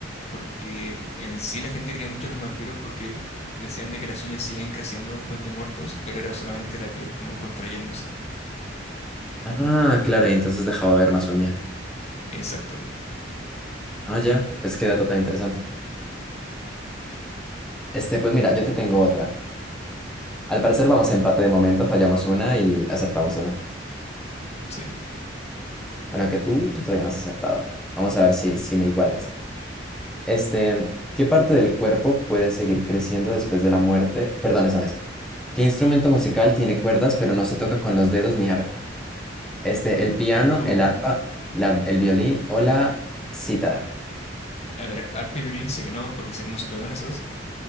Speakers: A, on the left (about 35°); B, in the centre.
A: porque en sí la gente creía mucho en los vampiros porque decían de que las uñas seguían creciendo después de muertos, pero era solamente la piel como contrayéndose.
B: Ah, claro, y entonces dejaba ver más uña.
A: Exacto.
B: Ah, ya, pues qué dato tan interesante. Este, pues mira, yo te tengo otra. Al parecer vamos a empate de momento, fallamos una y acertamos una.
A: Sí.
B: Bueno, que tú, tú todavía no has acertado. Vamos a ver si, si me igualas. Este, ¿qué parte del cuerpo puede seguir creciendo después de la muerte? Perdón, esa no es. ¿Qué instrumento musical tiene cuerdas pero no se toca con los dedos ni arco? Este, el piano,
A: Uh,
B: el arpa, la- el violín o la cítara.
A: a ver, arpa y violín sé que no, porque sé cómo se tocan esos.